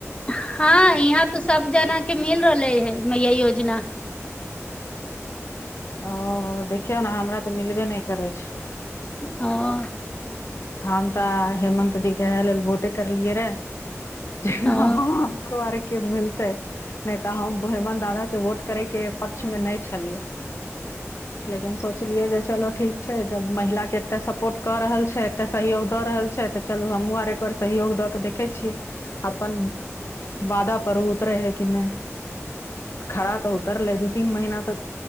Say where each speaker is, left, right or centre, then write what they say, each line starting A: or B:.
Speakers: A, on the left; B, on the left.
A: हँ यहाँ तऽ सब जना के मिल रहले हइ मैया योजना
B: ओ देखियौ ने हमरा तऽ मिलबे नहि करै छै
A: अ-
B: हम तऽ हेमत जी कें इहा लेल वोटे करलियए रे जे हँ
A: ओ
B: हह हमरो आर के मिलतै नहि तऽ हम बोेहिमन दादाक के वोट करयके पक्षमे नहि छलियै लेकिन सोचलियै जे चलअ ठीक छै जब महिलाके एतेक सपोर्ट कऽ रहल छै एतेक सहयोग दऽ रहल छै तऽ चलू हमहुँ आर एकबार सहयोग दऽ कऽ देखै छियै अपन वादापर ओ उतरै हइ कि नहि खड़ा तऽ उतरलै दू तीन महीना तऽ